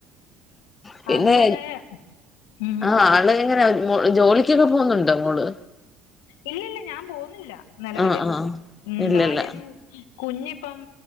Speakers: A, on the left (about 20°); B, on the left (about 80°).
A: പിന്നെ
B: അങ്ങനെ ഉം
A: ആഹ് ആള് എങ്ങനെ ജോലിക്കൊക്കെ പോകുന്നുണ്ട് മോള്
B: ഇല്ല ഇല്ല ഞാൻ പോവുന്നില്ല നിലവില്
A: ആഹ് ആഹ്
B: ഉ
A: ഇല്ലല്ല
B: കാര്യം കുഞ്ഞിപ്പം